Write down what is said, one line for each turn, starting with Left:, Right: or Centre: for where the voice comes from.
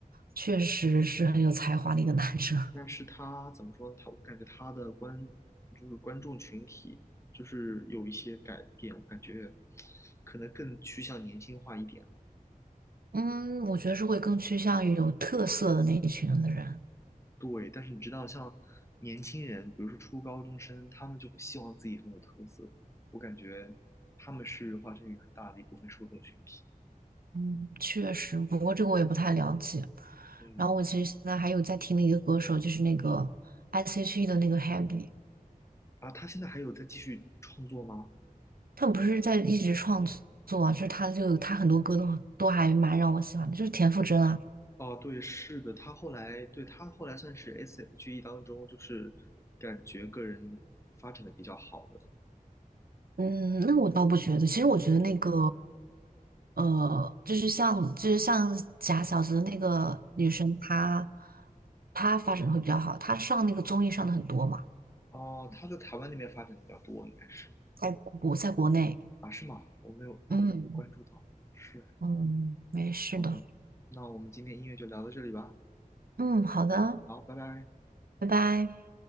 Right: 确实是很有才华的一个男生。
Left: 但是他怎么说呢？他我感觉他的观就是观众群体就是有一些改变，我感觉可能更趋向年轻化一点。
Right: 嗯，我觉得是会更趋向于有特色的那一群的人。
Left: 对，但是你知道，像年轻人，比如说初高中生，他们就会希望自己很有特色。我感觉他们是华晨宇很大的一部分受众群体。
Right: 嗯，确实，不过这个我也不太了解。
Left: 嗯，
Right: 然后我其实现在还有在听的一个歌手，就是那个 S.H.E 的那个 Happy，
Left: 啊，他现在还有在继续创作吗？
Right: 他不是在一直创作啊，就是他就他很多歌都都还蛮让我喜欢的，就是田馥甄啊。
Left: 哦，对，是的，他后来，对，他后来算是 S.H.E 当中，就是感觉个人发展的比较好的。
Right: 嗯，那我倒不觉得，其实我觉得那个呃，就是像就是像假小子的那个女生，她她发展得会比较好，她上那个综艺上的很多嘛。
Left: 哦，他在台湾那边发展的比较多，应该是
Right: 在国在国内，
Left: 啊，是吗？我没有哦，
Right: 嗯
Left: 我没有关注到，是，
Right: 嗯，没事的，
Left: 好的，那我们今天音乐就聊到这里吧，
Right: 嗯，好的，
Left: 好，拜拜。
Right: 拜拜。